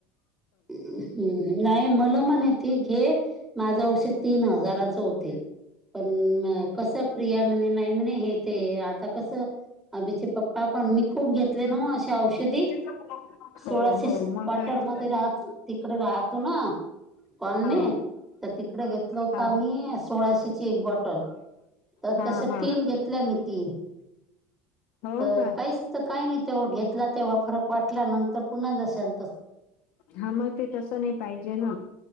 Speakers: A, in the centre; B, on the left (about 50°).
A: हम् नाही मला म्हण घे माझ औषध ती तीन हजाराच होते. पण कस प्रिया म्हणे नाही म्हणे हे ते आता कसं आभीचे पप्पा पण मी खूप घेतले ना अे औषधी
B: तर हा हा हो
A: सोळाशे
B: हो
A: क्व्टर
B: मग काय तर.
A: मध्ये राह तिकडे राहतो ना कॉलनी
B: हो
A: तर तिकडे घेतल होत.
B: हा
A: ही सोळाशेची एक बॉटल तर
B: हा
A: तसे
B: हा हा
A: तीन घेतले मी तीन,
B: हो
A: तर
B: का
A: काहीच तर काही नाही तेव घेतला तेव्हा फरक वाटला नंतर पुन्हा जशल
B: हा महि ते तस नाही पाहिजे ना